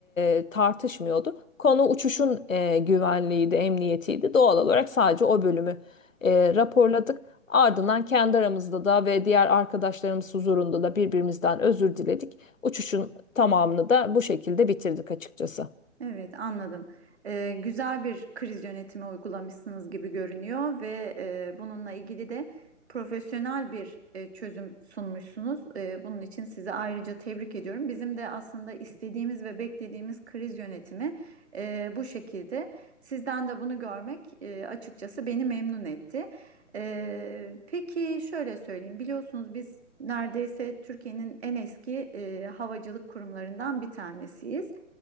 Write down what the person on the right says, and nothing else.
Evet, anladım. Ee, güzel bir kriz yönetimi uygulamışsınız gibi görünüyor ve e, bununla ilgili de profesyonel bir e, çözüm sunmuşsunuz. E, bunun için sizi ayrıca tebrik ediyorum. Bizim de aslında istediğimiz ve beklediğimiz kriz yönetimi e, bu şekilde. Sizden de bunu görmek e, açıkçası beni memnun etti. E, peki şöyle söyleyeyim, biliyorsunuz biz neredeyse Türkiye'nin en eski e, havacılık kurumlarından bir tanesiyiz.